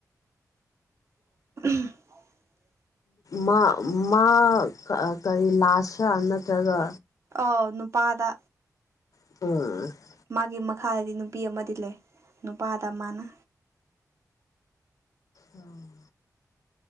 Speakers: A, on the right; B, on the left.
A: <unintelligible>
B: ꯃꯥ ꯃꯥ ꯀ ꯔꯤ ꯂꯥꯁꯔ ꯅꯠꯇ꯭ꯔꯒ
A: ꯑꯧ ꯅꯨꯄꯥꯗ
B: <unintelligible>
A: ꯃꯥꯒꯤ ꯃꯈꯥꯗꯗꯤ ꯅꯨꯄꯤ ꯑꯃꯗꯤ ꯂꯩ ꯅꯨꯄꯥꯗ ꯃꯥꯅ
B: ꯎꯝ